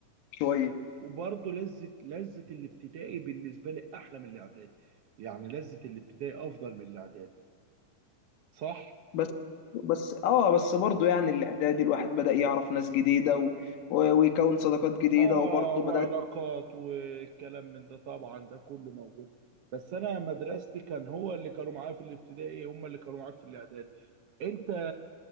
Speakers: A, on the left; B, on the right.
A: شويه
B: وبرضه لذه لذه الابتدائي بالنسبه لي احلى من الاعدادي يعني لذه الابتدائي افضل من الاعدادي صح
A: بس بس اه بس برضه يعني الاعدادي الواحد بدأ يعرف ناس جديده و... و- ويكون صداقات جديده
B: اه
A: وبرضه
B: وعلاقات
A: بدأت
B: والكلام من ده طبعا ده كله موجود بس انا مدرستي كان هو اللي كانوا معايا في الابتدائي هم اللي كانوا معاك في الاعدادي انت